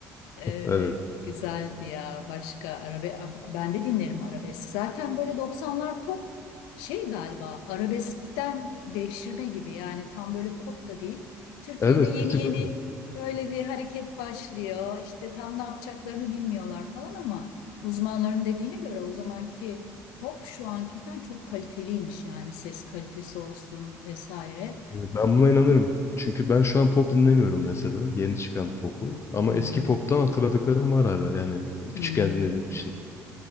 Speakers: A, on the left; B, on the left.
A: Evet,
B: Evet.
A: güzeldi ya. Başka arabe a- ben de dinlerim arabesk. Zaten böyle doksanlar pop şey galiba arabeskten devşirme gibi yani tam böyle pop da değil. Türkiye'de
B: Evet
A: yeni
B: bir tık
A: yeni
B: öyle.
A: öyle bir hareket başlıyor. İşte tam ne yapacaklarını bilmiyorlar falan ama uzmanların dediğine göre o zamanki pop şu ankinden çok kaliteliymiş yani ses kalitesi olsun vesaire.
B: E, ben buna inanırım. Çünkü ben şu an pop dinlemiyorum mesela. Yeni çıkan popu. Ama
A: Hı hı.
B: eski poptan hatırladıklarım var hala. Yani e, küçükken
A: Hı hı.
B: dinlediğim için.